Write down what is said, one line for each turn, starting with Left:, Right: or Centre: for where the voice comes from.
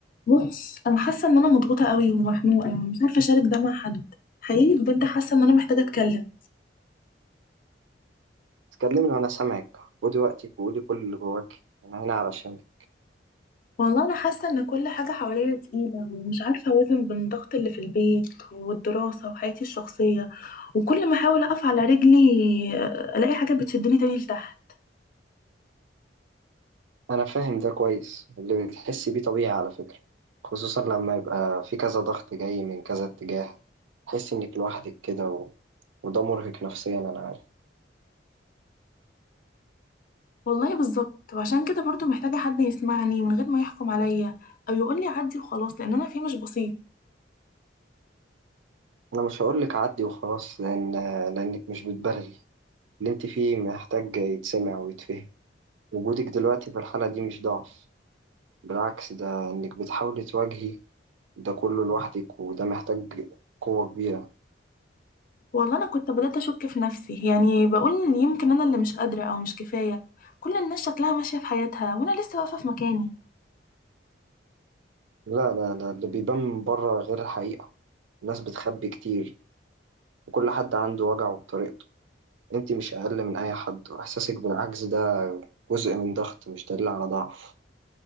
Left: بص انا حاسه ان انا مضغوطه قوي ومخنوقه ومش عارفه اشارك ده مع حد حقيقي بجد حاسه ان انا محتاجه اتكلم
Right: تكلمني وأنا سامعك ودي وقتك وقولي كل اللي جواك أنا هنا علشانك
Left: والله انا حاسه ان كل حاجه حواليا تقيله ومش عارفه اوازن بين الضغط اللي في البيت والدراسه وحياتي الشخصيه وكل ما احاول اقف على رجلي آه، الاقي حاجه بتشدني تاني لتحت
Right: أنا فاهم ده كويس اللي بتحسي بيه طبيعي على فكرة خصوصا لما يبقى في كذا ضغط جاي من كذا اتجاه تحسي إنك لوحدك كده و... وده مرهق نفسيا أنا عارف
Left: والله بالظبط وعشان كده برضو محتاجه حد يسمعني من غير ما يحكم عليا او يقول لي عدي وخلاص لان انا فيه مش بسيط
Right: أنا مش هقولك عدي وخلاص لأن لأنك مش بتبالغي اللي أنت فيه محتاج يتسمع ويتفهم وجودك دلوقتي في الحالة دي مش ضعف بالعكس ده إنك بتحاولي تواجهي ده كله لوحدك وده محتاج قوة كبيرة
Left: والله انا كنت بدأت اشك في نفسي يعني بقول يمكن انا اللي مش قادرة او مش كفاية كل الناس شكلها ماشية في حياتها وانا لسه واقفة في مكاني
Right: لا لا لا اللي بيبان من بره غير الحقيقة الناس بتخبي كتير وكل حد عنده وجعه بطريقته انت مش أقل من أي حد وإحساسك بالعجز ده جزء من ضغط مش دليل على ضعف